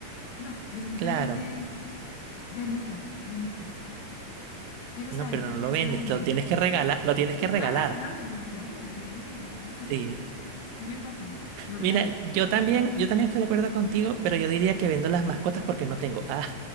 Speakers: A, on the left; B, on the right.
A: no, definitivamente
B: claro.
A: vendo el carro, vendo el carro. Quiero
B: No,
A: saber
B: pero
A: qué
B: no
A: pensó
B: lo vendes,
A: la gente.
B: lo tienes que regalar, lo tienes que regalar.
A: Ah, lo regalo, lo regalo, lo vendo, lo regalo. <laughs>
B: Sí.
A: No me importa, lo regalo.
B: Mira, yo también, yo también estoy de acuerdo contigo, pero yo diría que vendo las mascotas porque no tengo. Ah,